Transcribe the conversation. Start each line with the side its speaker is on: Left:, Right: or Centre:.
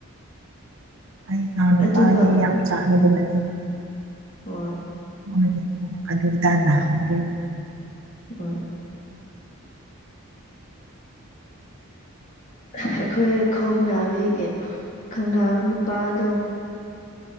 Right: ꯑꯩ ꯏꯅꯥꯎ ꯅꯨꯄꯥꯗꯤ
Left: ꯑꯗꯨꯒ
Right: ꯌꯥꯝ ꯆꯥꯒꯗꯕꯅꯦ
Left: <unintelligible>
Right: ꯍꯣꯏ ꯑꯗꯨꯗ ꯅꯕꯗ
Left: ꯍꯣꯏ ꯑꯩꯈꯣꯏ ꯈꯣꯡ ꯅꯥꯕꯤꯒꯤ ꯈꯡꯅꯕ ꯅꯨꯄꯥꯗꯣ